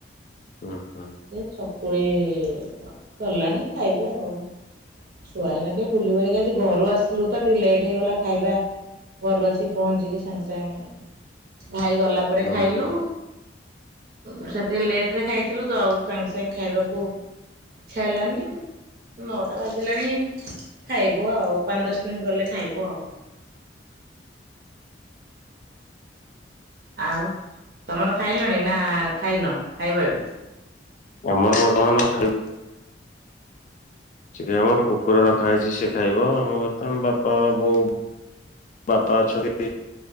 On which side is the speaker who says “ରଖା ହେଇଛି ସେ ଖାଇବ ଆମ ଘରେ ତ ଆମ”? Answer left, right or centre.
Left